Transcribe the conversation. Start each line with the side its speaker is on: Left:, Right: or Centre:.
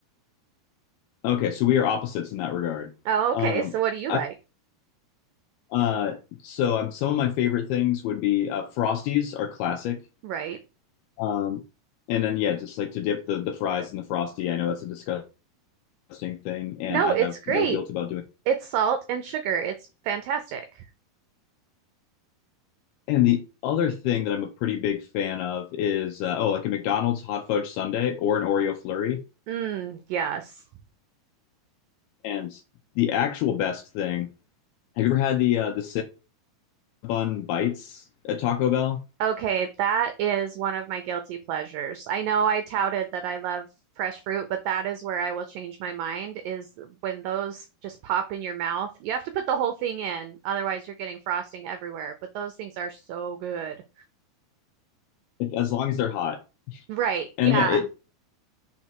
Left: Okay, so we are opposites in that regard.
Right: Oh, okay.
Left: Um,
Right: So what do you
Left: I
Right: like?
Left: uh, so um, some of my favorite things would be uh, Frosties are classic.
Right: Right.
Left: Um, and then yeah, just like to dip the the fries in the Frosty. I know that's a disgusting thing, and
Right: No,
Left: I
Right: it's
Left: have
Right: great.
Left: no guilt about doing. it.
Right: It's salt and sugar. It's fantastic.
Left: And the other thing that I'm a pretty big fan of is uh, oh, like a McDonald's hot fudge sundae or an Oreo flurry.
Right: Mm, yes.
Left: And the actual best thing Have you ever had the uh, the Cinnabon bites at Taco Bell?
Right: Okay, that is one of my guilty pleasures. I know I touted that I love fresh fruit, but that is where I will change my mind is when those just pop in your mouth. You have to put the whole thing in, otherwise you're getting frosting everywhere, but those things are so good.
Left: If- as long as they're hot.
Right: Right.
Left: And
Right: Yeah.
Left: yeah, it,